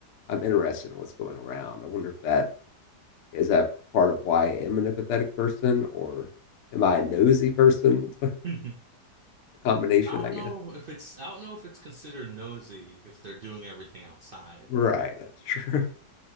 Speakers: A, on the left; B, on the right.
A: I'm interested in what's going around. I wonder if that is that part of why I am an empathetic person or am I a nosy person?
B: <laughs> I
A: combination,
B: don't
A: I guess.
B: know if it's, I don't know if it's considered nosy if they're doing everything outside.
A: Right, that's true. <laughs>